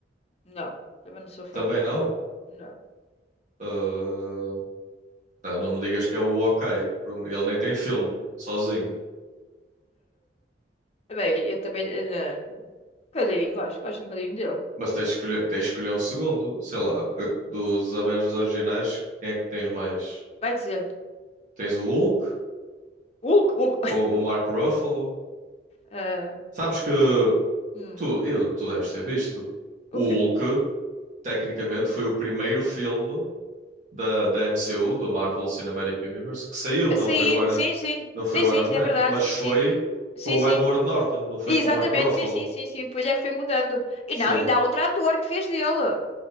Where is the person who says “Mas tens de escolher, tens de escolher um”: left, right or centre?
Right